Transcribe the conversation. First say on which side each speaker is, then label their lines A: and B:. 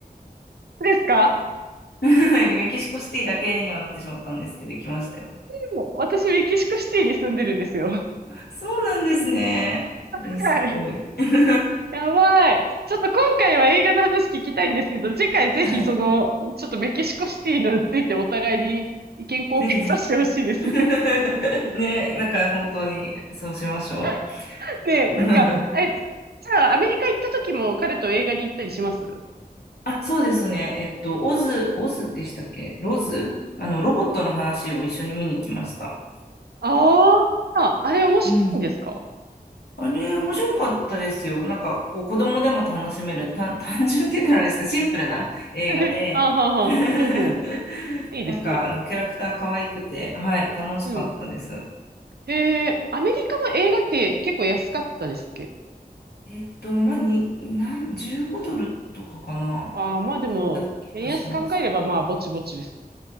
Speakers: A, on the right; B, on the left.
A: そうですか
B: <laughs> メキシコシティだけにはなってしまったんですけど、行きましたよ。
A: でも私、メキシコシティに住んでるんですよ。
B: そうなんですね。
A: はい。
B: え、すごい。<laughs>
A: やばい。ちょっと今回は映画の話聞きたいんですけど、次回ぜひその、
B: はい。
A: ちょっとメキシコシティのついてお互いに意見交換させてほしいですね。
B: <laughs> ぜひぜひ。<laughs> ね、なんか本当にそうしましょ
A: <laughs> ねえ、なんか、
B: う。<laughs>
A: え、じゃあアメリカ行った時も彼と映画に行ったりします
B: あ、そうですね。えっと、オズ、オズでしたっけロズあの、ロボットの話を一緒に見に行きました。
A: ああ、あれ面白いんですか
B: うん。あれ、面白かったですよ。なんか、こう、子供でも楽しめる、単、<laughs> 単純って言ったらあれですけど、シンプルな映画で、
A: <laughs> あははは。
B: <laughs>
A: うんうん。いいですね。
B: なんか、あの、キャラクター可愛くて、はい、楽しかったです。
A: うん。へえ、アメリカの映画って結構安かったですっけ
B: えっと、まあ、に、なん、15ドルとかかな、
A: ああー、まあでも、
B: だった気がします。
A: 円安考えればまあぼちぼちです。